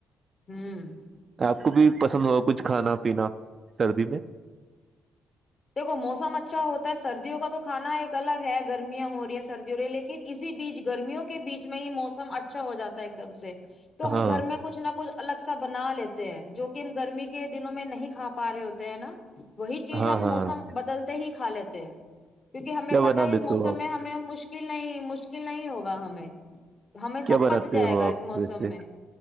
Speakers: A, on the left; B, on the right.
A: ہوں
B: آپ کو بھی پسند ہوا کچھ کھا کھانا پینا سردی میں
A: دیکھو موسم اچھا ہوتا ہے سردیوں کا تو کھانا ایک الگ ہے گرمیاں ہو رہی ہیں سردی ہو رہی ہے لیکن اسی بیچ گرمیوں کے بیچ میں ہی موسم اچھا ہو جاتا ہے ایک دم سے تو
B: ہاں
A: ہم گھر میں کچھ نہ کچھ الگ سا بنا لیتے جو کہ ہم گرمی کے دنوں میں نہیں کھا پا رہے ہوتے ہیں نا وہی چیز
B: ہاں
A: ہم
B: ہاں
A: موسم ہم بدلتے ہی کھا لیتے لیے کیونکہ ہمیں
B: کیا
A: پتا
B: بنا
A: ہے اس
B: لیتے
A: موسم
B: ہو آپ
A: میں ہمیں مشک مشکل نہیں مشکل نہیں ہوگا ہمیں ہمیں سب
B: کیا بناتے
A: پچ جائے
B: ہو
A: گا
B: آپ
A: اس موسم
B: ویسے
A: میں